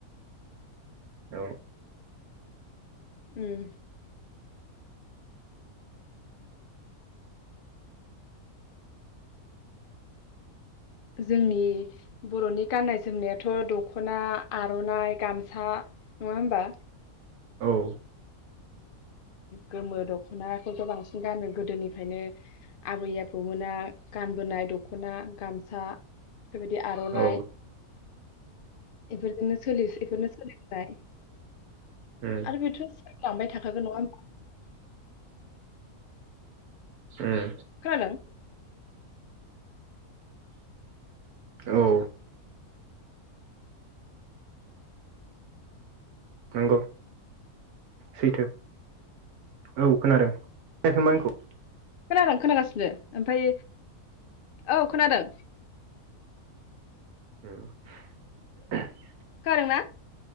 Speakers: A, on the right; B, on the left.
A: औ
B: उम जोंनि बर'नि गाननाय जोमनायाथ' दख'ना आर'नाइ गामसा नङा होमबा?
A: औ
B: गोमो दख'नाखौथ बांसिन गानो गोदोनिफायनो आबै आबौमोना गानबोनाय दख'ना गामसा बेबायदि आर'नाइ
A: औ
B: एफोरजोंनो सोलि एफोरनो सोलिबाय
A: उम
B: आरो <unintelligible> लांबाय थाखागोन नङा होमबा
A: उम
B: खोनादों?
A: औ नंगौ सैथो औ खोनादों खोनायाखै होमबा आंखौ
B: खोनादों खोनागासिनो। ओमफाय औ खोनादों
A: उम <unintelligible>
B: खोनादोंना